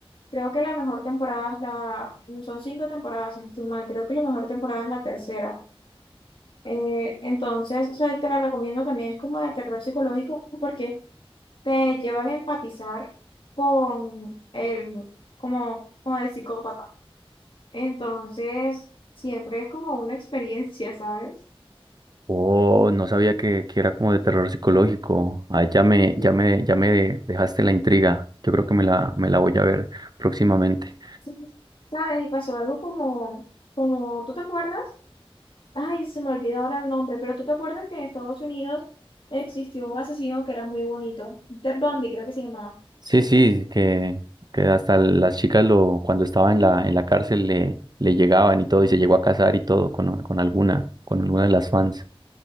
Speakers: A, on the left (about 60°); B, on the right (about 45°).
A: Creo que la mejor temporada es la... Son cinco temporadas, si no estoy mal. Creo que la mejor temporada es la tercera. Eh, entonces, o sea, te la recomiendo también. Es como de terror psicológico porque... te llevan a empatizar con el, como, con el psicópata. Entonces, siempre es como una experiencia, ¿sabes?
B: Oh, no sabía que, que era como de terror psicológico. Ay, ya me,
A: Sí.
B: ya me, ya me dejaste la intriga. Yo creo que me la, me la voy a ver próximamente.
A: sí. ¿Sabes? Y pasó algo como, como, ¿tú te acuerdas? Ay, se me olvidó ahora el nombre, pero ¿tú te acuerdas que en Estados Unidos existió un asesino que era muy bonito? Ted Bundy, creo que se llamaba.
B: Sí, sí, que, que hasta las chicas lo, cuando estaba en la, en la cárcel le, le llegaban y todo, y se llegó a casar y todo con, con alguna, con alguna de las fans.